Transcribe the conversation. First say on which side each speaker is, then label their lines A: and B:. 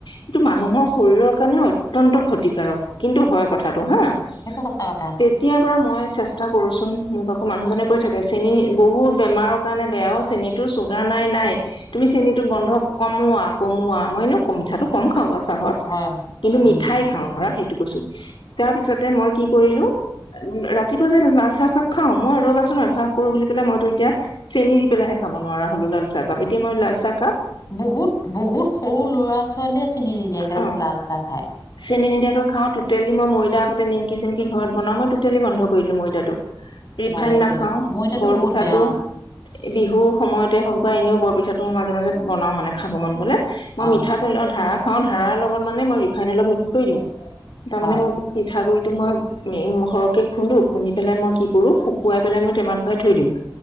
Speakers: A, on the left; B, on the left.
A: এইটো মানুহৰ শৰীৰৰ কাৰণে অত্যন্ত ক্ষতিকাৰক। কিন্তু হয় কথাটো হাঁ
B: সেইটো সঁচা কথা
A: তেতিয়াৰ পৰা মই চেষ্টা কৰোচোন মোক আকৌ মানুহজনে কৈ থাকে চেনী বহুত বেমাৰৰ কাৰণে বেয়াও চেনী। টো চুগাৰ নাই-নাই তুমি চেনতো বন্ধ কমোৱা কমোৱা মই নো মিঠাটো কম খাওঁ বাওঁ। চাহত
B: হয়
A: কিন্তু
B: উম
A: মিঠাই খাওঁ ধৰা সেইটো কৈছো তাৰপিছতে মই কি কৰিলো। ৰাতিপুৱা যে লাল চাহ খাপ খাও মই ৰ'বাচোন অভ্যাস কৰো বুলি পেলাই মইতো এতিয়া চেনি দি পেলাই হে খাব নোৱাৰা হলো লাল চাহকাপ এতিয়া মই লালচাহ।
B: বহুত-বহুত সৰু লৰা-ছোৱালীয়ে চিনি নিদিয়েে
A: অ
B: লাল চাহ খাই।
A: চেনি নিদিয়াকৈ খাওঁ টোটেলি মই ময়দা আগতে নিমকি-চিমকি ঘৰত বনাওঁ মই টোটেলি বন্ধ কৰি দিলোঁ ময়দাটো। ৰিফাইন
B: ভালে
A: নাখাওঁ
B: কৰিছে ময়দাটো
A: বৰপিঠাটো
B: বহুত বেয়া
A: বিহু। সময়তে হওক বা এনেও বৰপিঠাটো ম‌ই মাজে-মাজে বনাও মানে খাব মন গ'লে মই
B: অ অ
A: মিঠাতেলৰ ধাৰা। খাওঁ ধাৰাৰ লগত মানে মই ৰিাইন অলপ মিক্স কৰি দিওঁ তাৰ
B: হয়
A: মানে মোৰ পিঠাগুৰি। টো মই উম সৰহকে খুন্দো খুন্দি পেলাই মই কি কৰো শুকুৱাই পেলাই মই টেমাত ভৰাই থৈ দিম <unintelligible>